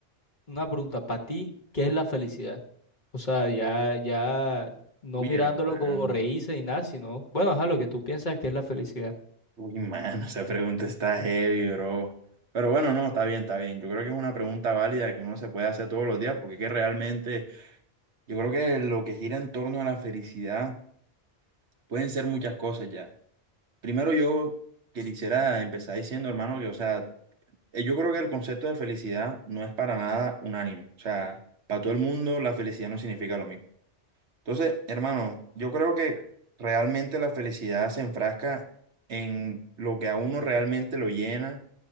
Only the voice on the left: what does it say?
Una pregunta para ti, ¿qué es la felicidad? O sea, ya, ya no
mirándolo
como reírse ni nada, sino, bueno, ajá, lo que tú piensas que es la felicidad.